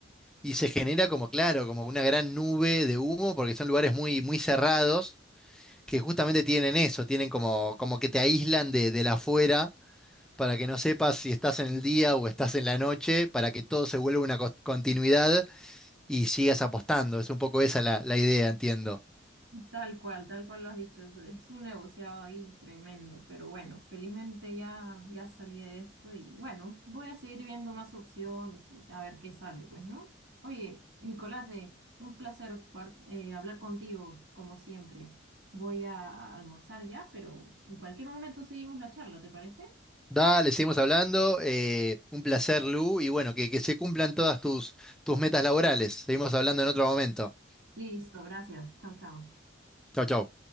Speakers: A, in the centre; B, on the right.
A: y se genera como, claro, como una gran nube de humo, porque son lugares muy, muy cerrados, que justamente tienen eso, tienen como, como que te aíslan de, de la afuera. para que no sepas si estás en el día o estás en la noche, para que todo se vuelva una cos- continuidad y sigas apostando. Es un poco esa la la idea, entiendo.
B: Tal cual, tal cual lo has dicho, es, es un negociado ahí tremendo, pero bueno, felizmente ya, ya salí de eso y bueno, voy a seguir viendo más opciones y a ver qué sale, pues, ¿no? Oye, Nicolás, eh, un placer jugar- eh, hablar contigo, como siempre. Voy a almorzar ya, pero en cualquier momento seguimos la charla, ¿te parece?
A: Dale, seguimos hablando. eh, un placer, Lu. Y bueno, que, que se cumplan todas tus, tus metas laborales. Seguimos hablando en otro momento.
B: Listo, gracias. Chao, chao.
A: Chau, chau.